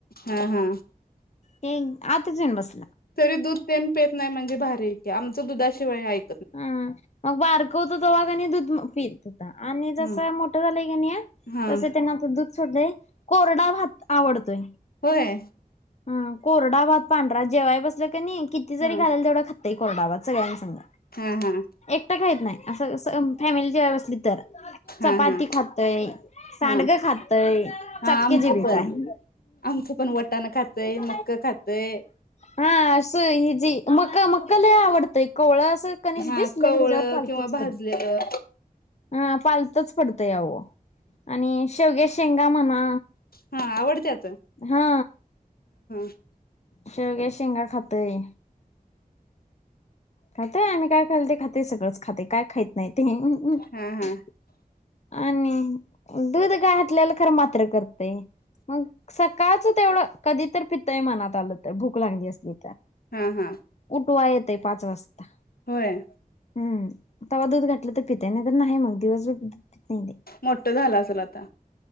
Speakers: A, on the left; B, on the left.
A: हा हा.
B: ते आताच येन बस.
A: तरी दूध पन पेत नाही म्हणजे भारी आहे आमच दुधा <unintelligible>
B: हम् मग बारकं होत, तेव्हा कणि दूध पी आणि जसं
A: हम्म
B: मोठं झालंय, कणी
A: हा
B: तस त्यांना दुध सोडजाई <unintelligible> कोरडा भात आवडतोय.
A: होय.
B: हा कोरडाभात पांढरा जेवाय बसलं कनी. किती जरी
A: हम्म
B: घालल तेवढा खा खातयं कोरड भात सगळ्यासंग.
A: हा हा
B: एकट खाईत नाही, असं स फॅमिली जेवा बसली तर
A: हा
B: चपाती
A: हा
B: खातय, सांडक
A: हा
B: खातय,
A: हा
B: चाटक्या
A: आमचं
B: जीभचं
A: पण आमचं पण वटाणा खातय
B: हाय,
A: मक्क खातय
B: हं अस मक मक लयं आवडतय. कोळस कणीस
A: हा
B: दिसलं
A: कवळं
B: की, त्याच्यावर पालतच
A: किंवा भाजलेलं
B: पडत हं, पालतच पडतं आहो. आणि शेवग्याच्या शेंगा म्हणा
A: हा आवडत्यात
B: हा
A: <inaudible>
B: शेवग्या शेंगा खातय खातय आम्ही, काय खाइल ते खातय, सगळंच खातय. काय खाईत नाही ते.
A: हा हा
B: आणि दूध घातल्याल खर मात्र करतेय, मग सकाळच तेवढं कधी तर पितयं मनात आलं तर भूक लागली असली तर
A: हा हा
B: उठवाय येतय. पाच वाजता.
A: होय.
B: हम तवा दूध घातलं तर पितय, नाही तर नाही मग दिवसभर पित नाही ते
A: मोठ झाल असेल आता.